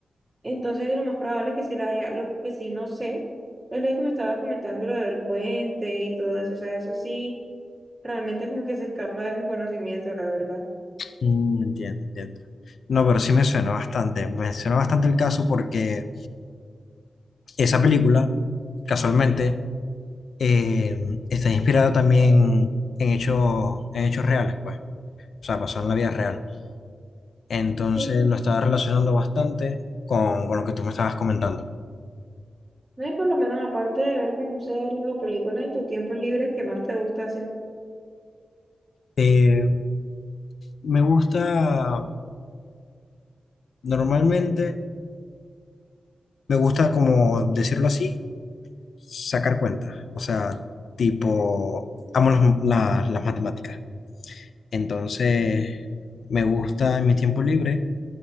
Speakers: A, on the right; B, on the left.
A: Entonces, lo más probable es que sí la haya. Lo que sí no sé es lo que me estaba comentando, lo del puente y todo eso. O sea, eso sí, realmente como que se escapa de mi conocimiento, la verdad.
B: Mm, entiendo, entiendo. No, pero sí me suena bastante. Me suena bastante el caso porque esa película, casualmente, eh, está inspirada también en hechos, en hechos reales, pues. O sea, pasó en la vida real. Entonces
A: Sí,
B: lo estaba relacionando bastante con, con lo que tú me estabas comentando.
A: no hay por lo menos aparte de ver como series o películas en tu tiempo libre, ¿qué más te gusta hacer?
B: Eh, me gusta Normalmente me gusta, como decirlo así, sacar cuentas. O sea, tipo, amo las, las- las matemáticas. Entonces, me gusta en mi tiempo libre,